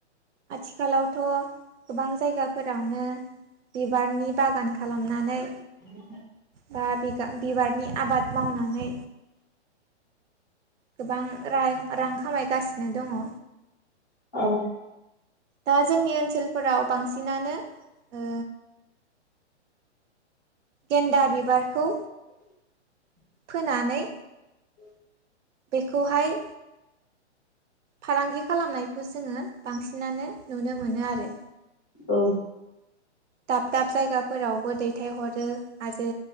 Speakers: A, on the right; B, on the left.
A: आथिखालावथ' गोबां जायगाफोरावनो बिबारनि बागान खालामनानै
B: <inaudible>
A: बा बि बिबारनि आबाद मावनानै गोबां रां खामायगासिनो दङ।
B: औ।
A: दा जोंनि ओनसोलफोराव बांसिनानो ओ गेन्दा बिबारखौ
B: <inaudible>
A: फोनानै
B: <inaudible>
A: बेखौहाय फालांगि खालामनायखौ जोङो बांसिनानो नुनो मोनो आरो।
B: औ।
A: दाब दाब जायगाफोरावबो दैथायहरो आरो